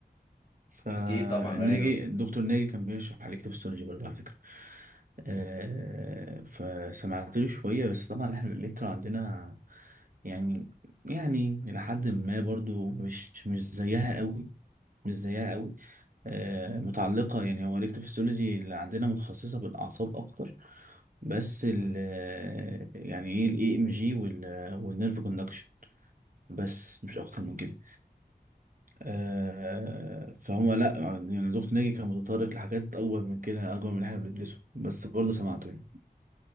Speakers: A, on the right; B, on the left.
A: فالناجي
B: اكيد طبعا ايوه
A: الدكتور ناجي كان بيشرح على الكتروفيسيولوجي برضه على فكرة آه، فسمعت له شوية بس طبعا احنا الإلكترا عندنا يعني يعني لحد ما برضه مش مش زيها قوي مش زيها قوي آه، متعلقة يعني هو الإلكتروفيسيولوجي اللي عندنا متخصصة بالأعصاب أكتر بس ال يعني إيه ال EMG وال والنيرف كوندكشن بس مش أكتر من كده آه فهم لا يعني الدكتور ناجي كان متطرق لحاجات اكبر من كده اكبر من اللي احنا بندرسه بس برضه سمعته يعني